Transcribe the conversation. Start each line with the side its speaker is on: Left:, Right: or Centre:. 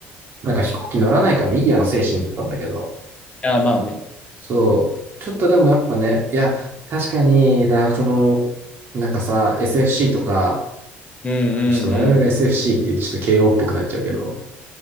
Right: なんか飛行機乗らないからいいやの精神だったんだけど、
Left: あ、まあね。
Right: そう。ちょっとでもやっぱね、いや、確かに、だ、その、なんかさ、SFC とか、
Left: うんうんうん。
Right: ちょっと我々が SFC って言うとちょっと慶応っぽくなっちゃうけど、